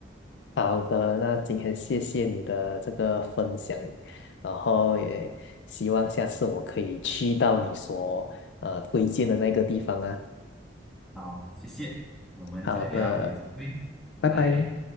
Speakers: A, on the left; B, in the centre.
A: 好的，那今天谢谢你的这个分享，然后也希望下次我可以去到你所呃推荐的那个地方啊。
B: 好，谢谢，我们再聊，
A: 好的，
B: 有机会，拜拜。
A: 拜拜。